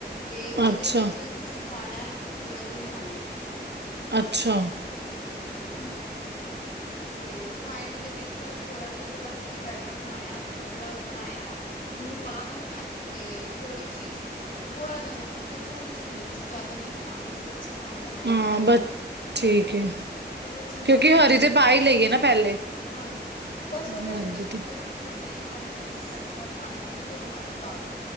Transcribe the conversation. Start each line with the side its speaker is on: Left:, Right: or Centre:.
Left: ਤੇ ਉਹਦੇ
Right: ਅੱਛਾ
Left: ਵਿੱਚ, ਤੁਸੀਂ ਪਾਉਣਾ, ਥੋੜ੍ਹਾ ਜਿਹਾ ਰਿਫਾਈੰਡ।
Right: ਅੱਛਾ।
Left: ਹਾਂ। ਤੇ ਰਿਫਾਇੰਡ ਦੇ ਵਿੱਚ, ਥੋੜਾ ਜੇਹਾ, ਜਿਹੜਾ ਤੁਸੀਂ ਬੈਟਰ ਬਣਾਇਆ, ਜਿਹੜਾ ਬਣਾਇਆ ਉਹਨੂੰ ਪਾ ਦੋ, ਤੇ ਥੋੜ੍ਹੀ ਜੀ ਥੋੜਾ ਜਾ ਨਮਕ, ਤੇ ਥੋੜ੍ਹੀ ਜਿ ਮਿਰਚ, ਜ਼ਿਆਦਾ ਵੀ ਨੀ ਪਾਉਣੀ, ਜੇ ਬੱਚੇ ਖਾਣ ਤਾਂ ਨਾ ਹੀ
Right: ਹਾਂ,
Left: ਪਾਓ
Right: ਬ ਠੀਕ ਹੈ।
Left: ਤੇ ਫੇਰ ਜਿੰਨੀ
Right: ਕਿਉਂਕਿ
Left: ਮਿਰਚ,
Right: ਹਰੀ
Left: ਜਿੰਨੀ
Right: ਤੇ ਪਾ ਹੀ ਲਈਏ ਨਾ ਪਹਿਲੇ
Left: ਹਾਂਜੀ, ਬਸ ਉਹ ਫੇਰ,
Right: ਹਾਂਜੀ
Left: ਜੇ ਤੁਸੀਂ
Right: ਤੇ
Left: ਵੱਡੇ ਨੇ ਖਾਣੇ ਹੋ, ਜਿਵੇਂ ਸਾਡੇ ਘਰ ਖਾ ਲੈਂਦੇ ਨੇ ਤੇ ਬਣਾ ਪਾ ਲੋ,